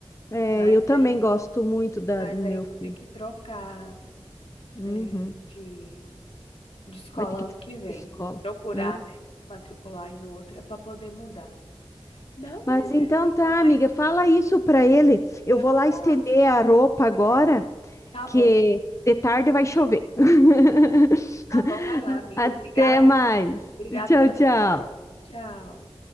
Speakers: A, on the left (about 30°); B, on the left (about 75°).
A: É,
B: Mas
A: eu também
B: aí,
A: gosto muito da,
B: mas
A: do meu
B: aí eu vou ter
A: filho.
B: que trocar
A: Uhum.
B: eh, de, de escola
A: Vai ter que
B: ano
A: ter
B: que vem.
A: escola.
B: Procurar,
A: né?
B: né? Matricular em outra para poder mudar. Não, pois
A: Mas então
B: é, amiga,
A: tá,
B: mas
A: amiga, fala isso pra ele. Eu
B: eu
A: vou
B: vou
A: lá
B: falar
A: estender
B: sim.
A: a roupa agora,
B: Tá
A: que
B: bom,
A: de tarde vai chover. <laughs>
B: tá bom, vai lá, amiga.
A: Até
B: Obrigada,
A: mais.
B: viu? Obrigada
A: Tchau,
B: pelas
A: tchau.
B: ideias. Tchau.